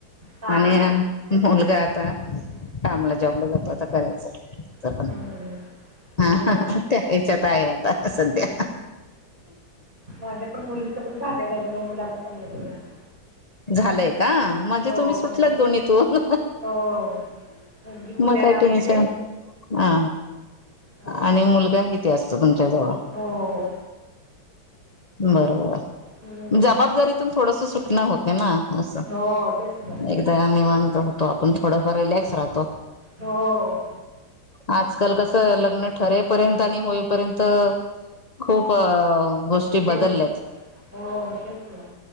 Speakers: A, on the right (about 25°); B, on the left (about 35°).
A: हा
B: आणि
A: हा
B: मुलगा आता कामाला, ‌जॉबला जातो. आता करायचं
A: हम्म
B: <unintelligible> आहे,
A: होय
B: आता सध्या.
A: माझ्या पण मुलीचं पण झालं लग्न. मुलाचं पण लग्न झालं.
B: झालंय का? बाकी
A: हो
B: तुम्ही सुटलात
A: दोघांचं
B: दोन्हीतून,
A: होय. हो मुलगी पुण्याला
B: मग काय
A: असते.
B: टेन्शन आ
A: हो
B: आणि मुलगा हिथे असतो, तुमच्या जवळ.
A: हो
B: बरोबरं.
A: हम्म
B: जबाबदारीतून थोडंसं सुटणं होत ना असं.
A: हो तेच ना
B: एकदा निवांत होतो आपण, थोडंफार रिलॅक्स राहतो.
A: हो.
B: आजकाल कसं लग्न ठरेपर्यंत आणि होईपर्यंत खूप गोष्टी बदलल्यात.
A: ते हो तेच ना